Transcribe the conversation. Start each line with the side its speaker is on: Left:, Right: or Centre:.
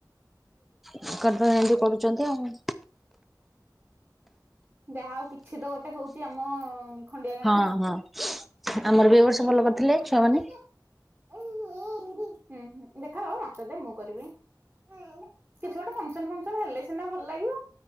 Centre: ତାଙ୍କର ତ ଏମିତି କରୁଛନ୍ତି ଆଉ।
Right: ଯାହା ଆଉ କିଛି ତ ଗୋଟେ ହଉଛି ଆମ ଖଣ୍ଡିଆ ଗାଁ
Centre: ହଁ ହଁ। ଆମର ବି ଏବର୍ଷ ଭଲ କରିଥିଲେ
Right: ରେ।
Centre: ଛୁଆମାନେ।
Right: ହୁଁ ହୁଁ ଦେଖା ବାବା ମତେ ଦେ ମୁଁ କରିବି କିଛି ଗୋଟେ ଫକ୍ସନ ଫୁକ୍ସନ ହେଲେ ସିନା ଭଲ ଲାଗିବ।